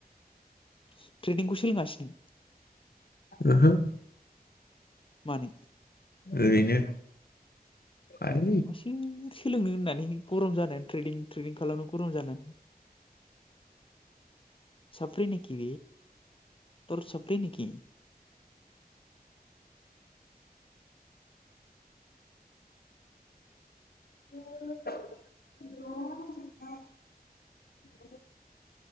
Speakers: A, on the left (about 35°); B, on the left (about 70°).
A: ट्रेडिंखौ सोलोंयासै नों
B: ओहो
A: मानि
B: ओरैनो। आय
A: आइसोर सोलोंनो होननानै गरम जानानै ट्रेनिं ट्रेनिं खालामनो गरम जानानै साब्रैनाखि थर साफ्रिनाखि।
B: <inaudible>